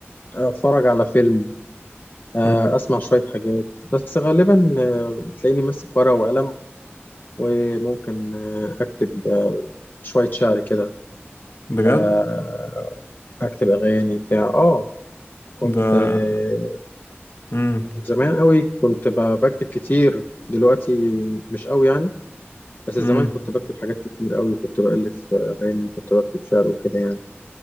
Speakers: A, on the left; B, on the left.
A: اتفرج على فيلم آه،
B: مم،
A: اسمع شوية حاجات بس غالبا آه، بتلاقيني ماسك ورقة وقلم وممكن آه، اكتب آه، شوية شعر كده
B: بجد
A: آه، اكتب اغاني بتاع اه كنت
B: ده
A: آه،
B: امم
A: زمان قوي كنت ب- بكتب كتير دلوقتي مش قوي يعني بس زمان
B: امم
A: كنت بكتب حاجات كتير قوي كنت بألف آه، اغاني وكنت بكتب شعر وكده يعني